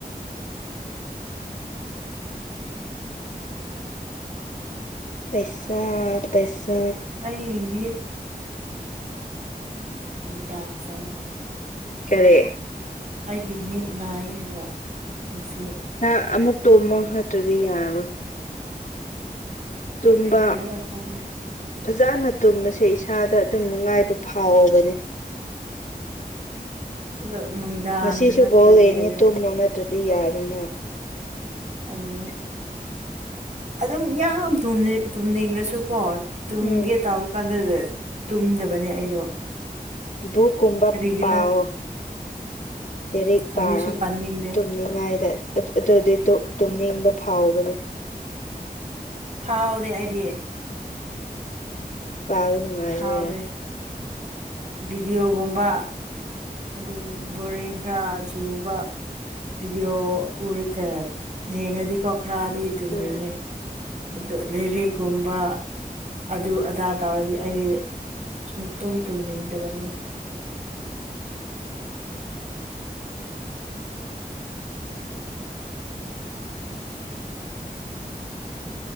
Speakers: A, on the left (about 50°); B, on the right (about 50°).
A: ꯄꯩꯁꯥ ꯄꯩꯁꯥ
B: ꯑꯩ ꯃꯤꯠ ꯇꯔ ꯆꯂ
A: ꯀꯔꯤ
B: ꯑꯩꯒꯤ ꯃꯤꯠ ꯅꯥꯏ ꯍꯥꯏꯕ ꯉꯁꯤ
A: ꯉ ꯑꯃꯨꯛ ꯇꯣꯃ ꯈꯛꯇ꯭ꯔꯗꯤ ꯌꯥꯔꯣꯏ ꯇꯨꯝꯕ
B: ꯀꯔꯤꯖꯥ <unintelligible>
A: ꯐꯖꯅ ꯇꯨꯝꯕꯁꯦ ꯏꯁꯥꯗ ꯑꯗꯨꯝ ꯅꯨꯡꯉꯥꯏꯕ ꯐꯥꯎꯕꯅꯤ
B: ꯑꯗꯣ ꯅꯨꯡꯗꯥꯡꯗ
A: ꯉꯁꯤꯁꯨ
B: ꯅꯠꯇ꯭ꯔꯗꯤ
A: ꯕꯣꯜ ꯌꯦꯡꯉꯤ
B: ꯑꯩꯗꯣ
A: ꯇꯨꯝꯃꯣ ꯅꯠꯇ꯭ꯔꯗꯤ ꯌꯥꯔꯣꯏꯅ
B: ꯑꯗꯨ ꯑꯗꯨꯝ ꯌꯥꯝ ꯇꯨꯝꯅꯤꯡꯈ꯭ꯔꯁꯨꯀꯣ ꯇꯨꯝꯒꯦ
A: ꯎꯝ
B: ꯇꯥꯕ ꯀꯥꯟꯗꯗ ꯇꯨꯝꯗꯕꯅꯦ ꯑꯩꯗꯣ
A: ꯨ ꯀꯨꯝꯕ
B: ꯀꯔꯤꯒꯤꯔꯥ
A: ꯄꯑꯣ ꯂꯗꯥꯏꯔꯤꯛ
B: ꯑꯗꯨꯁꯨ
A: ꯄꯥꯔꯣ
B: ꯄꯥꯅꯤꯡꯗꯦ
A: ꯇꯨꯝꯅꯤꯡꯉꯥꯏꯗ ꯑꯗꯨꯗꯤ ꯇꯨꯝꯅꯤꯡꯕ ꯊꯥꯎꯕꯅꯦ
B: ꯐꯥꯎꯗꯤ ꯑꯩꯗꯤ
A: ꯄꯥꯕꯅꯅꯨꯡꯉꯥꯏꯕꯦ
B: ꯐꯥꯎꯗꯦ ꯚꯤꯗꯤꯑꯣꯒꯨꯝꯕ ꯑꯗꯨꯝ ꯕꯣꯔꯡ ꯈꯔ ꯆꯨꯕ ꯏꯗꯤꯑꯣ ꯎꯇꯔ ꯅꯉꯗꯤ ꯀꯣꯈ꯭ꯔꯥꯗꯤ ꯏꯇꯨꯅꯤꯉꯦ
A: ꯎꯝ
B: ꯑꯗꯨ ꯂꯤꯔꯤꯛꯀꯨꯝꯕ ꯑꯗꯨ ꯑꯗꯥ ꯇꯥꯔꯗꯤ ꯑꯩꯗꯤ ꯁ ꯇꯨꯝ ꯇꯨꯝꯅꯤꯗꯗꯃꯦ